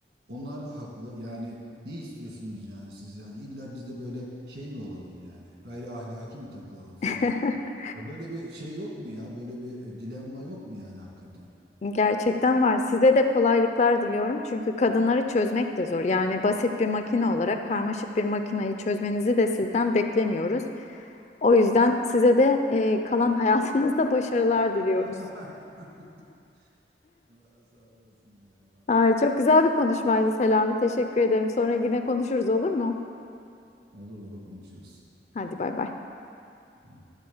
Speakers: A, on the right; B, on the left.
A: Onlar da haklı. Yani ne istiyorsunuz yani siz yani illa biz de böyle şey mi olalım yani? Gayri ahlaki mi takılalım falan?
B: <laughs>
A: Ya böyle bir şey yok mu ya? Böyle bir e, dilemma yok mu yani hakikaten?
B: Gerçekten var. Size de kolaylıklar diliyorum. Çünkü kadınları çözmek de zor. Yani basit bir makine olarak karmaşık bir makineyi çözmenizi de sizden beklemiyoruz. O yüzden size de e, kalan <laughs> hayatınızda başarılar diliyoruz.
A: <laughs> Allah sağ olasın ya vallahi
B: Ay, çok
A: ya.
B: güzel bir konuşmaydı Selami. Teşekkür ederim. Sonra yine konuşuruz olur mu?
A: Olur olur konuşuruz.
B: Hadi bay bay.
A: Tamam.